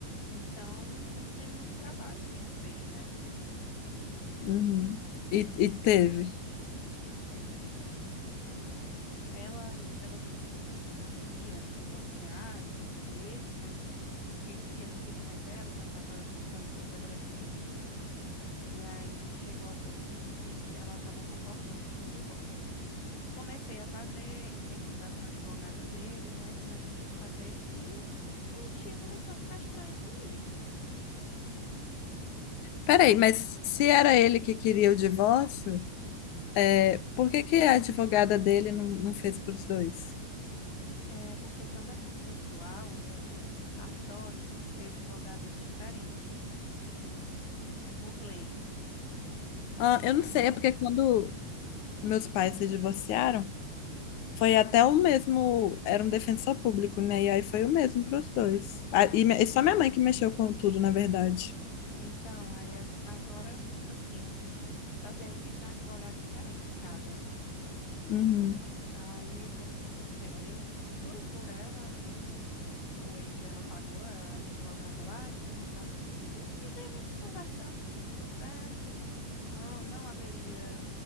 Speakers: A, on the left; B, on the left.
A: então não tem muito trabalho, pensei, né?
B: uhum. E, e teve.
A: Teve. É, ela, ela, tipo assim, não queria divorciar dele, mas ele queria, não queria mais ela, já estava ficando um pouco agressivo. E aí chegou ao ponto de que ela acabou concordando com o divórcio. Comecei a fazer, entrei em contato com a advogada dele, né? Começamos a fazer e minha tia começou a ficar estranha comigo.
B: Peraí, mas se era ele que queria o divórcio, é, por que que a advogada dele não, não fez para os dois?
A: É porque quando é consensual, é feito no cartório, tem que ter advogados diferentes. É, é por lei.
B: Ah, eu
A: Ah,
B: não sei, é porque quando meus pais se divorciaram, foi até o mesmo, era um defensor público, né? E aí foi o mesmo para os dois. Ah, e, me- e só minha mãe que mexeu com tudo, na verdade.
A: Então, aí ag- agora, assim, né, tá tendo que ser um advogado diferente, cada.
B: Uhum.
A: Aí o que é que aconteceu? Aí eu fui por ela, o, o ex dela pagou a advogada lá, entrou em contato comigo e fizemos, conversamos, tudo certo. Não, não haveria